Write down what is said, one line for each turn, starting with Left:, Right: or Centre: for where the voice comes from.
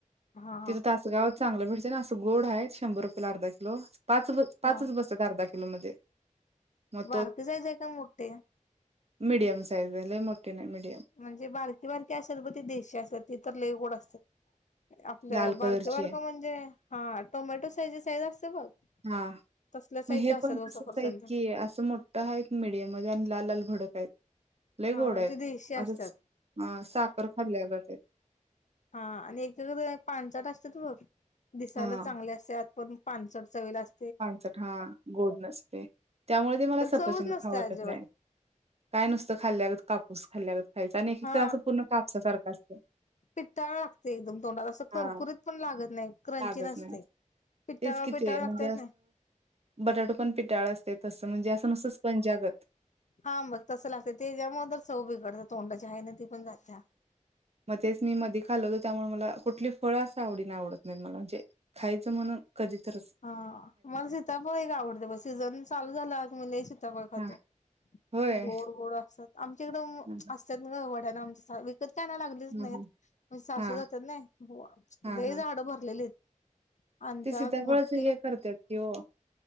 Left: हा
Right: तिथं तासंगाव चांगलं भेटतेंय ना, असं गोड हाय. शंभर रुपयेला अर्धा किलो, पाच-पाचच
Left: हा
Right: बसतात अर्धा किलो मध्ये. मग
Left: बारक जायचंय का, मोठे?
Right: मिडीयम साईज ये, लई मोठे नही, मिडीयम.
Left: म्हणजे बारकी बारकी असेल ब ती देशी असतात, त लई गोड असत्यात. आपलं
Right: लाल
Left: बारके
Right: कलरची
Left: बारक
Right: आहे
Left: म्हणजे, हां टोमॅटो साईजी साईज असत बघ.
Right: हां
Left: तसल्या साईज
Right: मग हे
Left: असतात
Right: पण
Left: ब
Right: तसच
Left: सफरचंद
Right: आहेत की, असं मोठ आहेत मीडियम मध्ये आणि लाल-लाल भडक आहेत. लई
Left: हा
Right: गोड आहेत,
Left: ते देशी असतात
Right: असंचं साखर खाल्ल्या गत.
Left: हां आणि एक ते दोन पाणचंट असत्यात बघ दिसायला
Right: हा
Left: चांगले असत्यात पण पानचट चवेला अस
Right: पाणघप हां गोंड नसते त्यांमुळे ते मलां
Left: त्याला
Right: सरपंच
Left: चवच नसते
Right: खाऊं वाटतं
Left: अजिबात
Right: नाहीं कायं नुसतं खाल्ल्यानंतर कांपूस खाल्ल्यांगत खायचं आणि एक एक
Left: हा
Right: तरं असं पूर्ण कापसासारखं असतं
Left: पिट्टांना लागते एकदंम तोंडांला असं
Right: हा
Left: कर्कुरीत पणं लागतं नाहीं क्रंची
Right: लागत
Left: नसते
Right: नाही
Left: पिटांवा
Right: तेच किती
Left: पिटांवा
Right: आहे म्हणजे
Left: लागतांत नां
Right: बटाटो पणं पिटांळा असते तसं म्हणजे असं नुसतंच पंजागत
Left: हां मघं तसं लागतं ते त्यांच्यामुळे दर चं बिघडते तोंडाची आहे नां ती पणं जातं
Right: मंग तेचं मी मध्यें खाल्लं होतो त्यांमुळे मलां कुंठली फळं असं आवडीने आवडतं नाहीत मलां म्हणजे खायचं म्हणुंन कधीं तरचं
Left: हां मलां सीताफळ एक आवडते ब सीझन चालूं झालां म्हणे खांतो
Right: हा होय
Left: गोंड गोंड असतांत आमचे एकदंम
Right: ह
Left: असतांत नां गं वड्याने आम रस्त्यावर लागलेच
Right: ह
Left: नाहीत म्हणजे सासू
Right: हा
Left: जातांत नाहीं
Right: हा
Left: लंय
Right: हा
Left: झाडं भरलेली आहेतं आणि
Right: ते
Left: त्यां
Right: सीताफळाचं
Left: मोठं
Right: हे करतं की हो